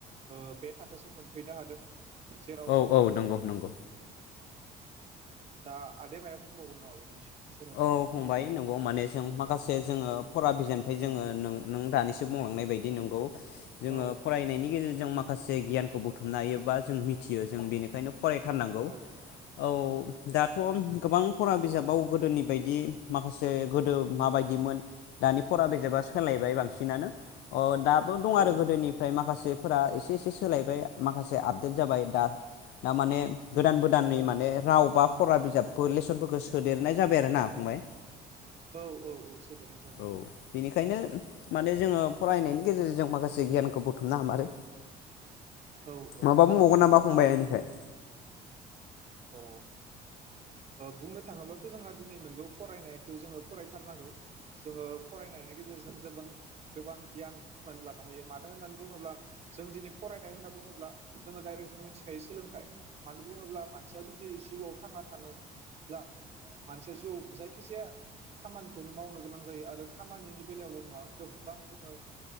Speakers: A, on the right; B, on the left.
A: ओ बे थाखोसिम मोनफैनो हादों जेराव
B: औ
A: जोङो
B: औ नंगौ नंगौ
A: दा आदाया मायबा बुंबावगोन नामा बेनि सोमोन्दै
B: औ फंबाय नंगौ माने जों माखासे जोङो फरा बिजाननिफ्राय जोङो नों दानिसो बुंलांनाय बायदि नंगौ जोङो
A: औ
B: फरायनायनि गेजेरजों माखासे गियानखौ बुथुम बुथुमनो हायो बा जों मिथियो जों बेनिखायनो फराय थारनांगौ
A: औ
B: औ दाथ' गोबां फरा बिजाबाव गोदोनि बेबायदि माखासे गोदो माबायदिमोन दानि फरा बिजाबा सोलायबाय बांसिनानो अ दाबो दं आरो
A: औ
B: गोदोनिफ्राय माखासेफोरा एसे एसे सोलायबाय माखासे आपडेट जाबाय दा दा माने गोदान
A: औ
B: गोदाननि माने राव फरा बिजाबफोर लेसनफोरखौ सोदेरनाय जाबाय बेनोना फंबाय
A: औ औ औ सोदेरनाय जाबाय
B: औ बेनिखायनो माने जोङो फरायनायनि गेजेरजों जों माखासे गियानखौ बुथुमनो हामारो
A: औ
B: माबा बुंबावगोन नामा फंबाय एनिफ्राय
A: अ बुंनो थाङोब्लाथ' जोंहा दिनै नोंगौ फरायनायखौ जोङो फरायथारनांगौ जोङो फरायनायनि गेजेरजों जेबां गोबां गियान बुथुमनानै लानो हायो मानो होननानै बुङोब्ला जों दिनै फरायनाय होनना बुङोब्ला जोङो डाइरेक्ट जों मिथिखायो सोलोंथाइ मानो बुङोब्ला मानसिया जुदि जिउआव थांना थाब्ला मानसिया जिउआव जायखिजाया खामानिखौनो मावनो गोनां जायो आरो खामानिनि बेलायावल' नङा गोबां जोङो